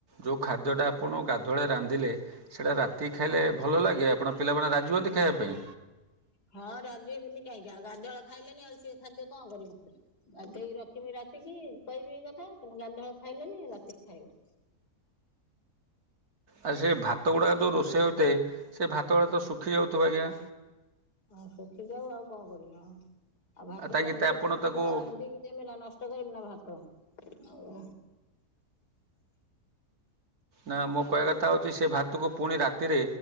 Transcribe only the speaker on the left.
ହଁ ରାଜି ହେବନି କାହିଁକି ଆଉ ଗାଧୁଆ ଖାଇଲେନି ଆଉ ସେ ଖାଦ୍ୟ କଣ କରିବୁ। ବାଧ୍ୟ ହେଇ ରଖିବି ରାତିକି କହିବି ଏଇ କଥା ତମେ ଗାଧୁଆବେଳେ ଖାଇଲନି ରାତିକି ଖାଇବ।
ହଁ ଶୁଖି ଯାଉ ଆଉ କଣ କରିବି ଆଉ, ଆଉ ଭାତକୁ
ରାନ୍ଧିକି
ପୁଣି
କଣ ରାନ୍ଧିକି ଦେବିନା ନଷ୍ଟ ନଷ୍ଟ କରିବିନା ଭାତ ଆଉ।